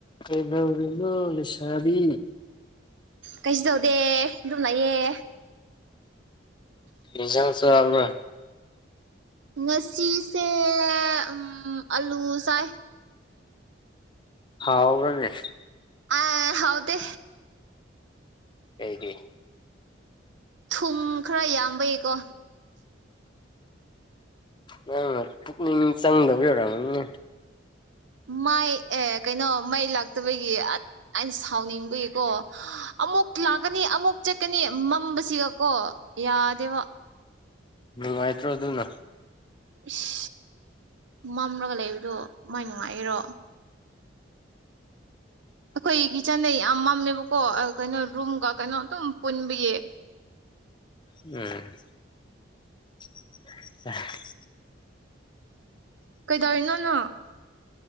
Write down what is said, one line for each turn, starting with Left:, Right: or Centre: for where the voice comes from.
Left: ꯀꯩꯗꯧꯔꯤꯅꯣ ꯂꯩꯁꯥꯕꯤ
Right: ꯀꯩꯁꯨ ꯇꯧꯗꯦ ꯑꯗꯨꯝ ꯂꯩꯌꯦ
Left: ꯀꯩ ꯏꯟꯖꯥꯡ ꯆꯕ꯭ꯔꯥ
Right: ꯉꯁꯤꯁꯦ ꯎꯝ ꯑꯂꯨ ꯆꯥꯏ
Left: ꯍꯥꯎꯕꯔꯥꯅꯦ
Right: ꯑꯥ ꯍꯥꯎꯇꯦ
Left: ꯀꯩꯒꯤ
Right: ꯊꯨꯝ ꯈꯔ ꯌꯥꯝꯕꯩꯀꯣ
Left: ꯅꯪ ꯄꯨꯛꯅꯤꯡ ꯆꯪꯗꯕꯩ ꯑꯣꯏꯔꯝꯒꯅꯤꯅꯦ
Right: ꯃꯥꯏ ꯑꯦ ꯀꯩꯅꯣ ꯃꯩ ꯂꯥꯛꯇꯕꯒꯤ ꯑꯩꯅ ꯁꯥꯎꯅꯤꯡꯕꯒꯤꯀꯣ ꯑꯃꯨꯛ ꯂꯥꯛꯀꯥꯅꯤ ꯑꯃꯨꯛ ꯆꯠꯀꯥꯅꯤ ꯃꯝꯕꯁꯤꯒꯀꯣ ꯌꯥꯗꯦꯕ
Left: ꯅꯨꯏꯉꯥꯏꯇ꯭ꯔꯣ ꯑꯗꯨꯅ
Right: ꯏꯁ ꯃꯝꯂꯒ ꯂꯩꯕꯗꯣ ꯃꯥꯏ ꯅꯨꯡꯉꯥꯏꯒꯦꯔꯣ ꯑꯩꯈꯣꯏ ꯀꯤꯠꯆꯟꯗꯣ ꯌꯥꯝ ꯃꯝꯃꯦꯕꯀꯣ ꯀꯩꯅꯣ ꯔꯨꯝꯒ ꯀꯩꯅꯣ ꯑꯗꯨꯝ ꯄꯨꯟꯕꯒꯤ
Left: ꯎꯝ <unintelligible>
Right: ꯀꯩꯗꯧꯔꯤꯅꯣ ꯅꯪ